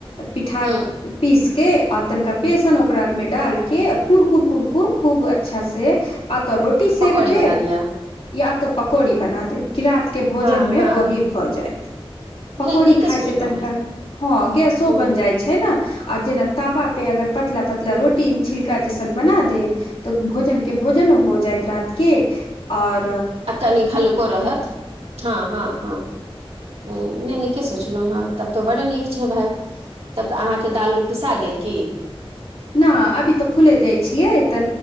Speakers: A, on the left; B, on the right.
A: पिठार।
B: हूँ
A: पीसके, आ तनिका बेसन ओकरा आर में डालिके कुरकुर- कुरकुर खूब अच्छासँ। आ तो रोटी सेक
B: पकौड़ी
A: देब,
B: बना दिअ
A: या तो पकौड़ी बना देब, कि रात। के भोजन
B: हँ
A: में
B: हँ
A: वही भऽ जायत। पकौड़ी
B: नहि नीके
A: खाय
B: सोचलहुँ
A: से तनिका,
B: हँ
A: हँ गेसो
B: हूँ
A: बन जाय छै। छै न, आ जेना तबा पे अगर पतला-पतला रोटी छिलका जेसन बना देब। तऽ भोजन के भोजन हो जायत रात के, आओर।
B: आ तनीक हलु्को रहत, हँ हँ हँ। हूं, नइ नीके सोचलहु हँ, तब तो बड्ड नीक छै भाय। तब तऽ अहाँके दाल-उल पिसा गेल की।
A: नाऽ अभी तऽ फूले दैत छियै, त